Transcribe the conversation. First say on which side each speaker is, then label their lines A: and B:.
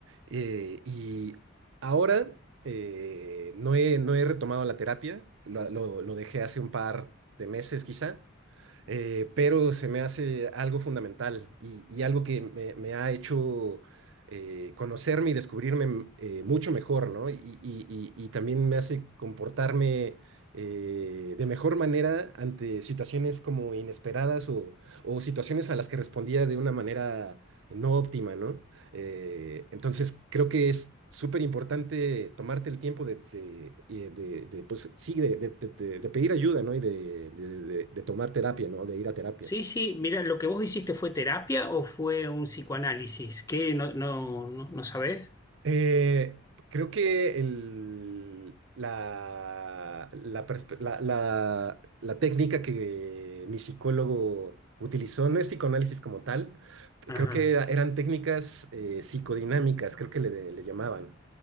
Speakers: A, on the right; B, on the left.
A: eh, y ahora eh, no he, no he retomado la terapia, la- lo lo dejé hace un par de meses quizá, eh, pero se me hace algo fundamental y, y algo que me, me ha hecho eh, conocerme y descubrirme m- eh, mucho mejor, ¿no? Y, y- y- y también me hace comportarme eh, de mejor manera ante situaciones como inesperadas o, o situaciones a las que respondía de una manera no óptima, ¿no? Eh, entonces, creo que es súper importante tomarte el tiempo de, de, y de- de, pues, sí, de, de- de- de- de pedir ayuda, ¿no? Y de, de- de- de tomar terapia, ¿no? De ir a terapia.
B: Sí, sí, mira, lo que vos hiciste fue terapia o fue un psicoanálisis, ¿Qué no, no, no, no sabés.
A: Eh, creo que el- la, la, perspe- la- la- la técnica que mi psicólogo utilizó no es psicoanálisis como tal,
B: Ajá,
A: creo que era- eran técnicas eh, psicodinámicas, creo que le, le llamaban.